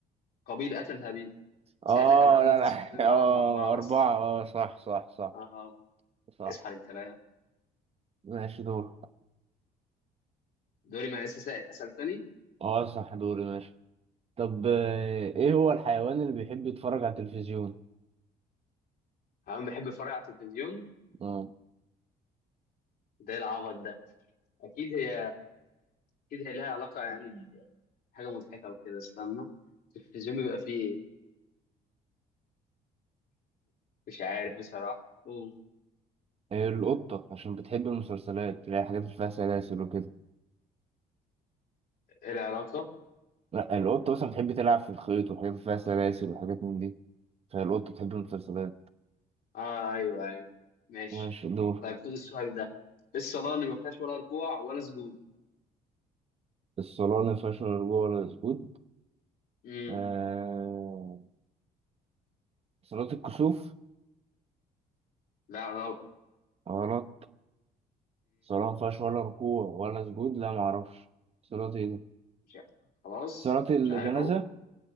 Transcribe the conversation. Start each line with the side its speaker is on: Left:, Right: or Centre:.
Left: قابيل قتل هابيل ساعتها
Right: اه
Left: كان عدد
Right: لا لا
Left: سكان العالم
Right: <laughs> اه
Left: أربعة
Right: أربعة
Left: بس
Right: اه صح صح صح
Left: آه
Right: صح
Left: اصحى للكلام
Right: ماشي دور
Left: دوري ما لسه سائل أسأل تاني
Right: اه صح دوري ماشي طب آه، ايه هو الحيوان اللي بيحب يتفرج على التلفزيون؟
Left: أنا بحب أتفرج على التلفزيون
Right: اه
Left: ده إيه العبط ده أكيد هي أكيد هي لها علاقة يعني بحاجة مضحكة وكده استنى التلفزيون بيبقى فيه إيه؟ مش عارف بصراحة أوه.
Right: إيه القطة عشان بتحب المسلسلات اللي هي حاجات اللي فيها سلاسل وكده
Left: إيه العلاقة؟
Right: لا القطة مثلا بتحب تلعب في الخيط وحاجات اللي فيها سلاسل وحاجات من دي فالقطة بتحب المسلسلات
Left: آه أيوه أيوه ماشي
Right: ماشي دور
Left: طيب خد السؤال ده إيه الصلاة اللي ما فيهاش ولا ركوع ولا سجود؟
Right: الصلاة اللي ما فيهاش لا رجوع ولا سجود
Left: امم
Right: آه صلاة الكسوف
Left: لا غلط
Right: غلط صلاة مفيهاش ولا ركوع ولا سجود لا معرفش صلاة ايه دي
Left: مش عارف. خلاص
Right: صلاة الجنازة
Left: مش عارف اقول